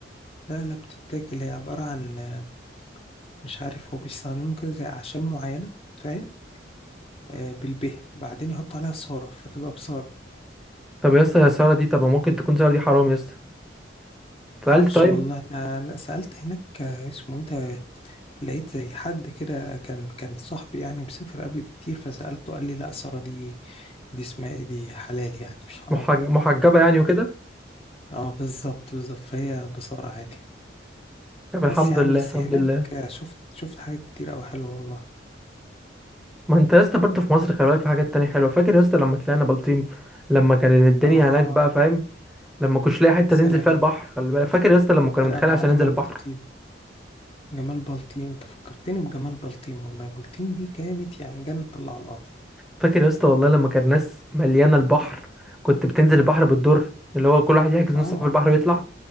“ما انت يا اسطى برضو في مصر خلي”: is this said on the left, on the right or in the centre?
Centre